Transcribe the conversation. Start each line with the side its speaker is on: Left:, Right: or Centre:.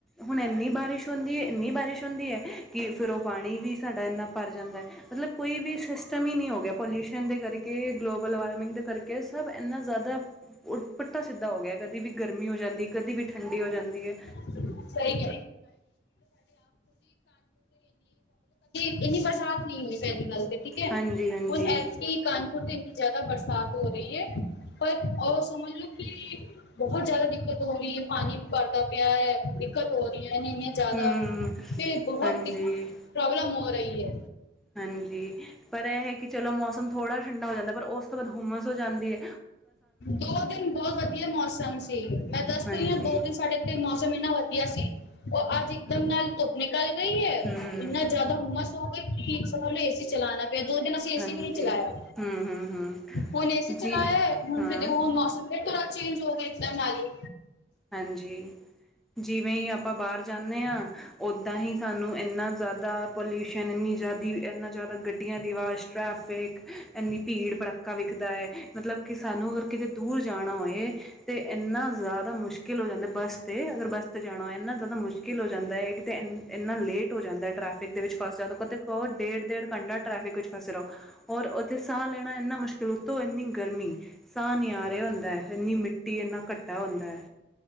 Centre: ਹੁਨ ਐਨੀ ਬਾਰਿਸ਼ ਹੁੰਦੀ ਐ ਏਨੀ ਬਾਰਿਸ਼ ਹੁੰਦੀ ਐ ਕੇ ਫਿਰ ਓ ਪਾਨੀ ਵੀ ਸਾਡਾ ਐਨਾ ਭਰ ਜਾਂਦਾ। ਮਤਲਬ ਕੋਈ ਵੀ ਸਿਸਟਮ ਈ ਨੀ ਹੋ ਗੇਆ ਪੋਲਿਊਸ਼ਨ ਦੇ ਕਰਕੇ ਗਲੋਬਲ ਵਾਰਮਿੰਗ ਦੇ ਕਰਕੇ ਸਬ ਐਨਾ ਜਾਦਾ ਓ ਪੁੱਠਾ ਸਿੱਧਾ ਹੋ ਗੇਆ ਕਦੀ ਵੀ ਗਰਮੀ ਹੋ ਜਾਂਦੀ ਐ, ਕਦੀ ਵੀ ਠੰਡੀ ਹੋ ਜਾਂਦੀ ਐ।
Left: <inaudible> ਨਈ ਹੁੰਦੀ ਪੈਲੀ ਗੱਲ ਤੇ ਠੀਕ ਐ,
Centre: ਹਾਂਜੀ ਹਾਂਜੀ
Left: ਹੁਨ ਐਤਕੀ ਕਾਨਪੁਰ ਤੇ ਇੰਨੀ ਜਾਦਾ ਬਰਸਾਤ ਹੋ ਰਈ ਐ, ਪਰ ਓ ਸਮਝ ਲਓ ਕੀ ਬਹੋਤ ਜ਼ਿਆਦਾ ਦਿੱਕਤ ਹੋ ਰਈ ਐ, ਪਾਨੀ ਵੀ ਭਰਦਾ ਪਿਆ ਐ, ਦਿੱਕਤ ਹੋ ਰਈ ਐ ਇੰਨੀ ਜਾਦਾ,
Centre: ਹਮ
Left: ਫਿਰ ਬਹੋਤ
Centre: ਹਾਂਜੀ
Left: ਦਿਕ ਪ੍ਰੋਬਲਮ ਹੋ ਰਈ ਐ।
Centre: ਹਾਂਜੀ, ਪਰ ਐ ਹੈ ਕੇ ਚਲੋ ਮੌਸਮ ਥੋੜ੍ਹਾ ਠੰਡਾ ਹੋ ਜਾਂਦਾ ਪਰ ਓਸ ਉਸ ਤੋ ਬਾਦ ਹੁੰਮਸ ਹੋ ਜਾਂਦੀ ਐ।
Left: ਦੋ ਦਿਨ ਬਹੁ ਵਦੀਆ ਮੌਸਮ ਸੀ ਮੈਂ ਦੱਸਦੀ
Centre: ਹਾਂਜੀ
Left: ਆਂ ਦੋ ਦਿਨ ਸਾਡੇ ਤੇ ਮੋਸਮ ਏਨਾ ਵਦੀਆ ਸੀ, ਓ ਅੱਜ ਇਕਦਮ ਨਾਲ ਧੁੱਪ ਨਿਕਲ ਗਈ ਐ
Centre: ਹੂੰ
Left: ਇੰਨਾ ਜਾ ਜਾਦਾ ਹੁੰਮਸ ਹੋ ਗਈ ਸੀ, ਸੁਬਾਅ ਮੈਂ ਏਸੀ ਚਲਾਨਾ ਤੇ ਦੋ ਦਿਨ ਅਸੀਂ ਏਸੀ
Centre: ਹਾਂਜੀ
Left: ਵੀ ਨਈ ਚਲਾਏਆ,
Centre: ਹੂੰ ਹੂੰ ਹੂੰ
Left: ਹੁਨ ਏਸੀ ਚਲਾਏਆ
Centre: ਜੀ
Left: ਏ ਹੁਨ
Centre: ਹਾਂ
Left: ਫੇਰ ਜੇ ਹੁਨ ਮੋਸਮ ਫਿਰ ਦੁਬਾਰਾ ਚੇਂਜ ਹੋ ਗਏ ਇਕਦਮ ਮਨਾਲੀ।
Centre: ਹਾਂਜੀ, ਜਿਵੇਂ ਈ ਆਪਾਂ ਬਾਰ ਜਾਂਨੇ ਆਂ ਓਦਾਂ ਹੀ ਸਾਨੂੰ ਏਨਾ ਜਾਦਾ ਪੋਲਿਊਸ਼ਨ ਏਨੀ ਜਾਦੀ ਐਨਾ ਜਾਦਾ ਗੱਡੀਆਂ ਦੀ ਆਵਾਜ਼, ਟ੍ਰੈਫਿਕ ਇੰਨੀ ਭੀੜ ਭੜੱਕਾ ਵਿੱਖਦਾ ਐ। ਮਤਲਬ ਕੀ ਸਾਨੂੰ ਅਗਰ ਕਿਤੇ ਦੂਰ ਜਾਨਾ ਹੋਏ, ਤੇ ਏਨਾ ਜਾਦਾ ਮੁਸ਼ਕ ਮੁਸ਼ਕਿਲ ਹੋ ਜਾਂਦਾ ਬੱਸ ਤੇ ਅਗਰ ਬੱਸ ਤੇ ਜਾਨਾ ਹੋਏ ਏਨਾ ਜਾਦਾ ਮੁਸ਼ਕਿਲ ਹੋ ਜਾਂਦਾ ਏ ਇਕ ਤੇ ਇ ਏਨਾ ਲੇਟ ਹੋ ਜਾਂਦਾ ਟਰੈ ਫਿਕ ਦੇ ਵਿੱਚ ਫਸ ਜਾਨ ਕਦੇ ਕਓ ਡੇਢ-ਡੇਢ ਘੰਟਾ ਟ੍ਰੈਫਿਕ ਵਿੱਚ ਫਸੇ ਰਓ। ਔਰ ਓਥੇ ਸਾਅ ਲੈਨਾ ਏਨਾ ਮੁਸ਼ਕਿਲ ਉਤੋਂ ਏਨੀ ਗਰਮੀ, ਸਾਂਅ ਨੀ ਆ ਰਿਆ ਹੁੰਦਾ ਏਨੀ ਮਿੱ ਟੀ ਏਨਾ ਘੱਟਾ ਹੁੰਦਾ ਐ।